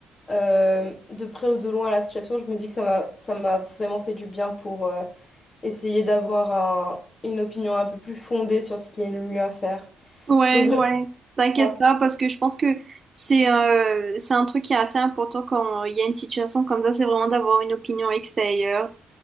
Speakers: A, on the left (about 35°); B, on the right (about 35°).
A: euh, de près ou de loin la situation, je me dis que ça m'a ça m'a vraiment fait du bien pour euh, essayer d'avoir un- une opinion un peu plus fondée sur ce qui est le mieux à faire.
B: Ouais,
A: Donc vraiment
B: ouais. T'inquiète
A: ça.
B: pas, parce que je pense que c'est euh, c'est un truc qui est assez important quand il y a une situation comme ça, c'est vraiment d'avoir une opinion extérieure.